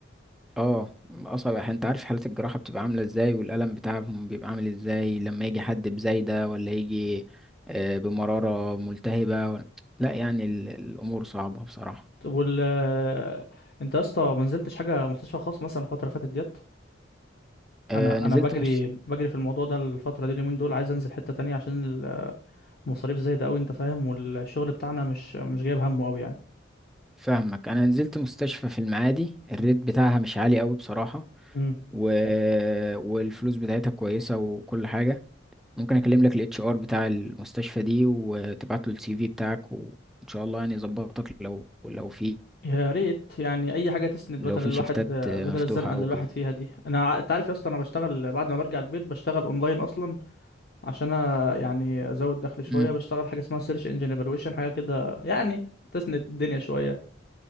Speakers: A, in the centre; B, on the left.
A: اه اصعب احيانا انت عارف حالة الجراحة بتبقى عاملة ازاي والألم بتاعهم بيبقى عامل ازاي لما يجي حد بزايدة ولا يجي آه، بمرارة ملتهبة ولا- لا يعني ال- الأمور صعبة بصراحة
B: طب وال آه، أنت يا اسطى ما نزلتش حاجة مستشفى خاص مثلا الفترة اللي فاتت ديت
A: آه،
B: أنا
A: نزلت
B: أنا بجري
A: مست...
B: بجري في الموضوع ده الفترة دي اليومين دول عايز أنزل حتة تانية عشان المصاريف زايدة أوي أنت فاهم والشغل بتاعنا مش مش جايب همه أوي
A: فاهمك انا نزلت مستشفى في المعادي الريت بتاعها مش عالي قوي بصراحة
B: يعني
A: و... والفلوس بتاعتها كويسة وكل حاجة ممكن اكلم لك الاتش ار بتاع المستشفى دي وتبعت له السي في بتاعك وان شاء الله يعني يظبطك لو لو في
B: يا ريت يعني اي حاجه تسند بدل
A: لو في
B: الواحد
A: شيفتات مفتوحة
B: بدل الزنقه اللي
A: او
B: الواحد
A: كده
B: فيها دي انا ع- انت عارف يا اسطى انا بشتغل بعد ما برجع البيت بشتغل اونلاين اصلا عشان أ- يعني ازود دخل شويه
A: امم
B: بشتغل حاجه اسمها سيرش انجن ايفالويشن حاجه كده يعني تسند الدنيا شويه